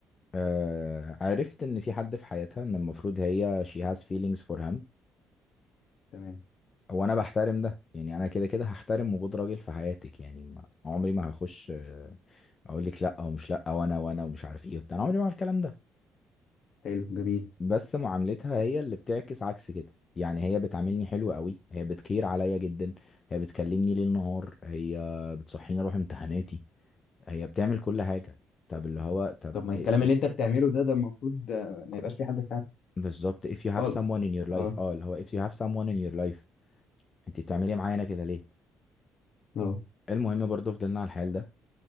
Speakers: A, on the left; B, on the left.
A: آه عرفت ان في حد في حياتها ان المفروض هي she has feelings for him
B: تمام
A: وانا بحترم ده يعني انا كده كده هحترم وجود راجل في حياتك يعني ما عمري ما هخش آه، اقول لك لا ومش لا وانا وانا ومش عارف ايه وبتاع أنا عمري ما هعمل الكلام ده
B: حلو جميل
A: بس معاملتها هي اللي بتعكس عكس كده يعني هي بتعاملني حلو قوي هي بتكير عليا جدا هي بتكلمني ليل نهار هي بتصحيني اروح امتحاناتي هي بتعمل كل حاجة طب اللي هو طب
B: طب ما الكلام
A: if-
B: اللي
A: if-
B: انت بتعمله ده ده المفروض آه، ما يبقاش في حد في حياتك
A: بالظبط if you
B: خالص
A: have someone in your life
B: اه
A: اه اللي هو if you have someone in your life انت بتعملي معانا كده ليه
B: اه
A: المهم برضو فضلنا على الحال ده